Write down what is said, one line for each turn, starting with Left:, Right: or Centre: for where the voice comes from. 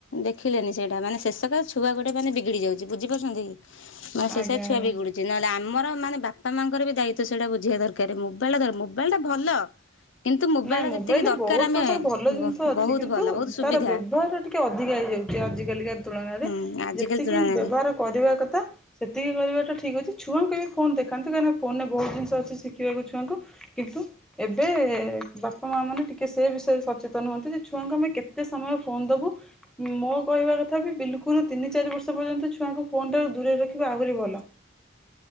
Left: ଦେଖିଲେନି ସେଇଟା ମାନେ ସେ ସକାଶେ ଛୁଆ ଗୋଟେ ମାନେ ବିଗିଡ଼ି ଯାଉଛି ବୁଝି ପାରୁଛନ୍ତି କି। ମ ଶେଷ
Centre: ଆଜ୍ଞା
Left: ଛୁଆ
Centre: ଆଜ୍ଞା।
Left: ବିଗୁଡୁଛି ନହେଲେ ଆମ ଆମର ମାନେ ବାପା ମାଆଙ୍କର ବି ଦାୟିତ୍ଵ ସେଇଟା ବୁଝିବା ଦରକାର ମୋବାଇଲ ଟା ମୋବାଇଲ ଟା ଭଲ। କିନ୍ତୁ ମୋବାଇଲା
Centre: ନାଇଁ ମୋବାଇଲରେ
Left: ଯେତିକି ଦରକାର
Centre: ବହୁତ
Left: ଆମେ
Centre: ପ୍ରକାର ଭଲ ଜିନିଷ ଅଛି
Left: ବହୁତ
Centre: କିନ୍ତୁ
Left: ଭଲ ବହୁତ ସୁବିଧା।
Centre: ତାର ବ୍ୟବହାର ଟିକେ ଅଧିକା ହେଇଯାଉଛି ଆଜି କାଲିକା ତୁଳନାରେ
Left: ହୁଁ ଆଜିକାଲି
Centre: ଯେତିକି ତିକୀ
Left: ତୁଳନାରେ
Centre: ବ୍ୟବହାର କରିବା କଥା ସେତିକି କରିବାଟା ଠିକ୍ ଅଛି। ଛୁଆଙ୍କୁ ବି ଫୋନ୍ ଦେଖାନ୍ତି, କାହିଁକିନା ଫୋନରେ ବହୁତ ଜିନିଷ ଅଛି ଶିଖିବାକୁ ଛୁଆଙ୍କୁ କିନ୍ତୁ ଏବେ ବାପା ମା ମାନେ ଟିକେ ସେ ବିଷୟରେ ସଚେତନ ହୁଅନ୍ତୁ ଯେ ଛୁଆଙ୍କୁ ଆମେ କେତେ ସମୟ ଫୋନ ଦବୁ ମ ମୋ କହିବା କଥା ବି ବିଲକୁଲ ତିନି ଚାରି ବର୍ଷ ପର୍ଯ୍ୟନ୍ତ, ଛୁଆଙ୍କୁ ଫୋନଠାରୁ ଦୂରଇରେ ରଖିବା ଆହୁରି ଭଲ।
Left: <inaudible>